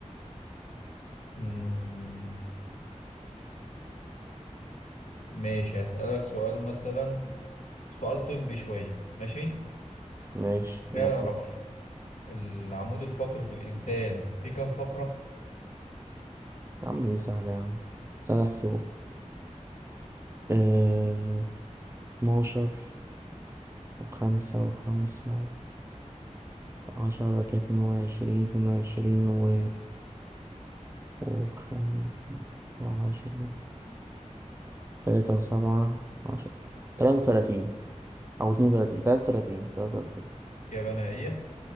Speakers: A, on the left; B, on the right.
A: مم، ماشي هسألك سؤال مثلا سؤال طبي شوية ماشي
B: ماشي
A: تعرف
B: انا بتعطي
A: العمود الفقري في الإنسان فيه كام فقرة؟
B: يا عم دي سهلة يا عم استنى احسبه اه... 12 وخمسة وخمسة عشرة كانت اتنين وعشرين اتنين وعشرين و... وخمسة وعشرين تلاتة وسبعة عشرة تلاتة وتلاتين أو اتنين وتلاتين تلاتة وتلاتين تلاتة وتلاتين
A: يا بنائية